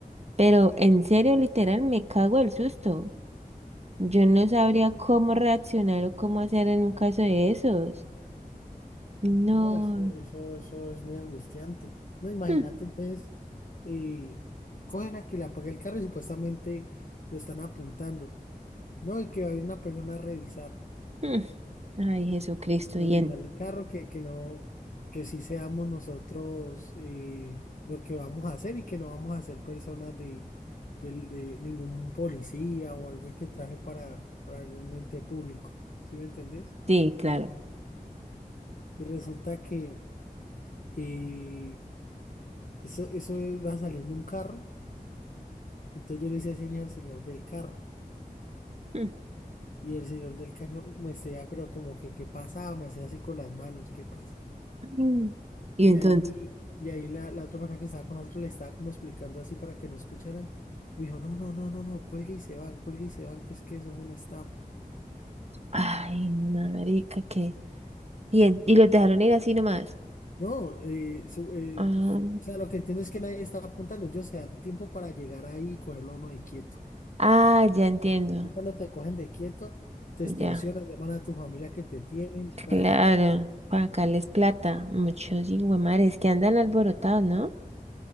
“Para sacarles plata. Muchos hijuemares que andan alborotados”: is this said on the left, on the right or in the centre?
Right